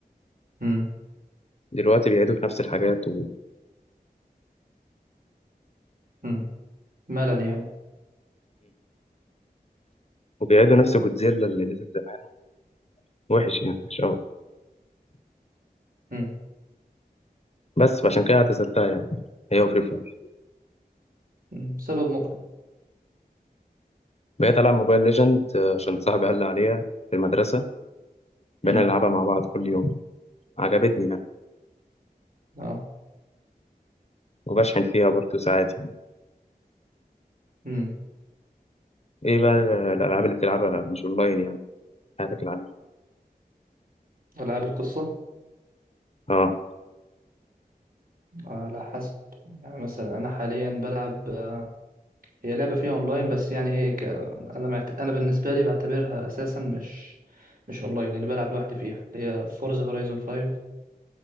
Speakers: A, on the right (about 60°); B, on the left (about 40°).
A: مم.
B: دلوقتي بيعيدوا في نفس الحاجات و...
A: مم. ملل يعني
B: وبيعيدوا نفس جودزيلا اللي نزل زمان وحش يعني مش قوي
A: مم.
B: بس فعشان كده اعتزلتها يعني هي وفري فاير
A: مم. سبب مقنع
B: بقيت العب موبايل ليجند عشان صاحبي قال لي عليها في المدرسه
A: مم.
B: بقينا نلعبها مع بعض كل يوم عجبتني يعني
A: اه
B: وبشحن فيها برضه ساعات يعني
A: مم.
B: ايه بقى الالعاب اللي بتلعبها مش اونلاين يعني حياتك العادية
A: ألعاب القصة
B: اه
A: على حسب يعني مثلا أنا حاليا بلعب آه، هي لعبة فيها اونلاين بس يعني هي ك... انا معت... انا بالنسبة لي بعتبرها اساسا مش مش اونلاين لاني بلعب لوحدي فيها اللي هي فورزا هورايزون 5